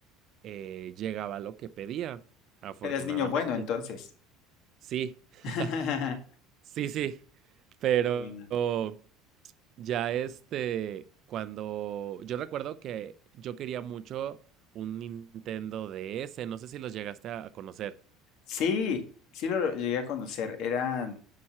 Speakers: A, on the right (about 40°); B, on the left (about 55°).
A: eh, llegaba lo que pedía, afortunadamente.
B: Eras niño bueno entonces.
A: Sí, <laughs>
B: <laughs>
A: sí, sí, pero
B: Qué buena.
A: ya este, cuando yo recuerdo que yo quería mucho un Nintendo DS, no sé si los llegaste a a conocer.
B: Sí, sí lo llegué a conocer. Era